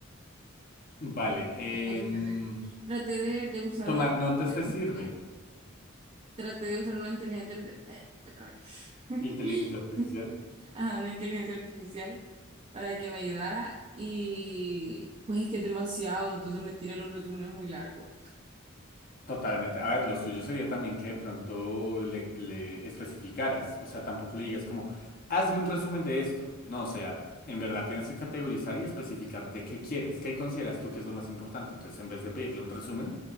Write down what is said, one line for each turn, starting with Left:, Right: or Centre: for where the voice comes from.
Left: Vale.
Right: mm,
Left: em,
Right: y no sé qué hacer. Traté de, de usar
Left: ¿tomar
Right: una
Left: notas te
Right: inteligencia,
Left: sirve?
Right: traté de usar una inteligencia, eh, me trabé. <laughs>
Left: Inteligencia artificial.
Right: a una inteligencia artificial para que me ayudara y pues es que es demasiado, entonces me tira los resúmenes muy largos.
Left: Totalmente. A ver, lo suyo sería también que de pronto le, le especificaras, o sea, tampoco le digas como, hazme un resumen de esto. No, o sea, en verdad tienes que categorizar y especificar de qué quieres, qué consideras tú que es lo más importante. Entonces, en vez de pedirle un resumen,